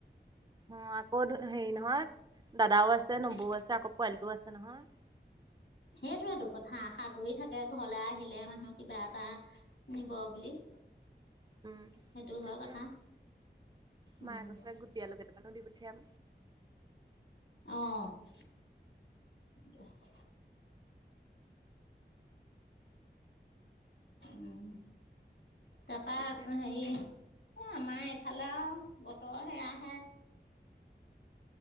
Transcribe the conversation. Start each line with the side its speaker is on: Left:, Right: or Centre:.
Right: অ আকৌ হেৰি নহয় দাদাও আছে
Left: উম
Right: নবৌও আছে আকৌ পোৱালিটোও আছে নহয়।
Left: সেইটোতো কথা আশা কৰি থাকে ঘৰলে আহিলে মানুহ। কিবা এটা নিব বুলি
Right: উম
Left: সেইটো হয়
Right: তাকে
Left: কথা উম
Right: মায়ে কৈছে গুটি আলু কেইটামানো দি পঠিয়াম
Left: অহ <unintelligible> উম তাৰপা
Right: তাকে
Left: হেৰি এ আমাৰ ফালে আও বতৰ সেয়াহে